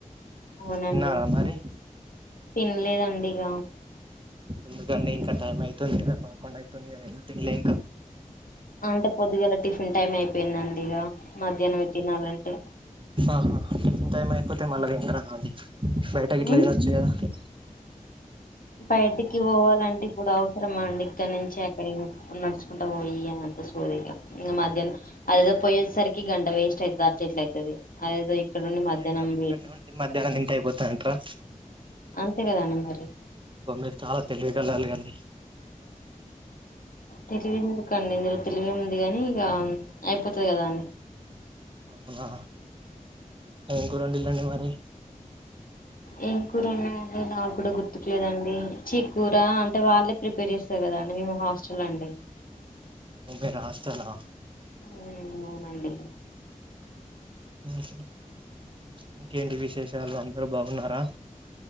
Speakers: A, on the left (about 85°); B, on the right (about 35°).
A: అవునండి
B: తిన్నారా మరి
A: తిన్లేదండి ఇగ
B: ఎందుకండీ ఇంకా టైం అయితుంది గదా పదకుండు అయితుంది గదా ఎన్ తిన్లే ఇంకా
A: అంటే పొద్దుగాల టిఫిన్ టైమ్ అయిపోయిందండీ ఇగ మధ్యాహ్నమే తినాలంటే
B: ఆహాహా టైమ్ అయిపోతే మల్ల ఇంటరా అండి ఇంక బయట గిట్ల
A: ఉమ్?
B: తినొచ్చు‌ గద
A: బయటికి వోవాలంటే ఇప్పుడు అవసరమా అండి ఇక్కడ్నుంచి అక్కడి బో నడుచుకుంట వొయ్యి అంత సోది ఇగ ఇంగ మధ్యానం అదేదో పోయేసరికి గంట వేస్ట్ అయిద్ది అట్ల ఎట్ల అయితది అదేదో ఇక్కడ నుండి మధ్యాహ్నం
B: అదేదో ఇక్కడనే
A: వే
B: ఉండి మధ్యాహ్నం దింటే అయిపోతది అంటరా
A: అంతే గదా అండి మరి
B: ఓ మీరు చాలా తెలివిగల్లోలు గద
A: తెలివి ఎందుకండి ఇందులో తెలివి ఉంది గనీ ఇగ అయిపోతది గదా అని
B: అవునా ఏం కూర వండిల్లండి మరి
A: ఏం కూర ఉన్నాయండి నాకు కూడా గుర్తుకులేదండి చీక్కూర అంటే వాళ్ళే ప్రిపేర్ చేస్తారు కదా అండి మేము హాస్టల్ అండి
B: ఓ మీరు హాస్టల్ ఆ
A: ఊ అవునండి
B: మంచిది ఇంకేంటి విశేషాలు అందరూ బావున్నారా